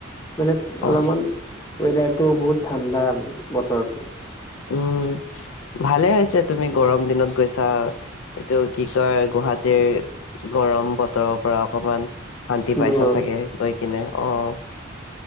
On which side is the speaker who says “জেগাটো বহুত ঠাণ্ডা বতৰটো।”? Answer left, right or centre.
Left